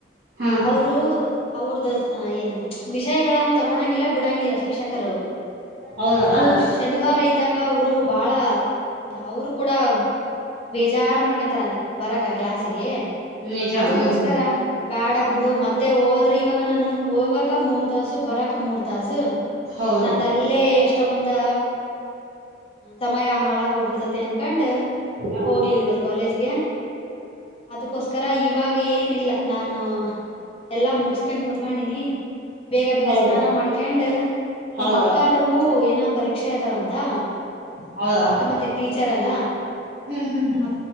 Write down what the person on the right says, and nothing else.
ಹಾ
ಹೌದಾ
ನಿಜ
ಹ್ಮ್
ಹೌದು
ಹ
ಹೌದಾ
ಹೌದಾ
ಹೌದಾ
ಹ್ಮ್ ಹ್ಮ್ ಹ್ಮ್